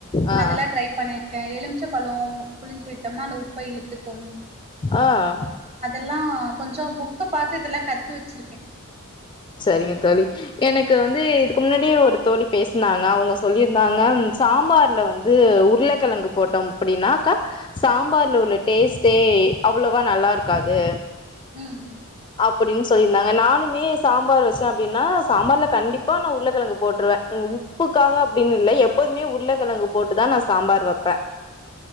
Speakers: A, on the left (about 20°); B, on the right (about 30°).
A: ஆ
B: அதெல்லா ட்ரை பண்ணியிருக்கே எலுமிச்ச பலோ புளிஞ்சு விட்டோம்னா அந்த உப்ப இழுத் த்துக்கும்
A: ஆஹ்
B: எல்லா கொஞ்ச புக்க பாத்து இதுல்லா கத்து வச்சிருக்கே
A: சரிங்க தோழி எனக்கு வந்து இதுக்கு முன்னாடி ஒரு தோழி பேஸ்னாங்க அவங்க சொல்லியிருந்தாங்க சாம்பார்ல வந்து உருளக்கெழங்கு போட்டோ அப்டின்னாக்கா சாம்பார்ல உள்ள டேஸ்ட்டே அவ்ளோவா நல்லா இருக்காது
B: ம்
A: அப்டின்னு சொல்லியிருந்தாங்க நானுமே சாம்பார் வச்சே அப்டின்னா சாம்பார்ல கண்டிப்பா நா உருளக்கெழங்கு போட்டுருவே உப்புக்காக அப்படின்னு இல்ல எப்போதுமே உருளக்கெழங்கு போட்டுதா நா சாம்பார் வப்பே